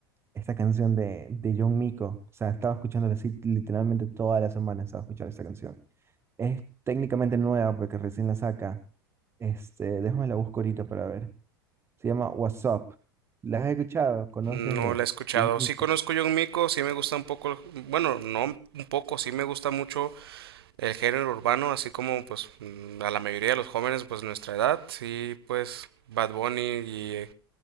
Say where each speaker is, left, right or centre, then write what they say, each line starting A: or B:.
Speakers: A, on the right; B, on the right.
A: esta canción de, de John Mico, o sea, he estado escuchándola así literalmente toda la semana, he estado escuchando esta canción. Es técnicamente nueva porque recién la saca, este, déjame la busco ahorita para ver. Se llama What's Up. ¿La has escuchado? ¿Conoces
B: No
A: de
B: la he escuchado.
A: John Mico?
B: Sí conozco John Mico, sí me gusta un poco, bueno, no un poco, sí me gusta mucho el género urbano, así como pues mm, a la mayoría de los jóvenes pues nuestra edad, sí pues Bad Bunny y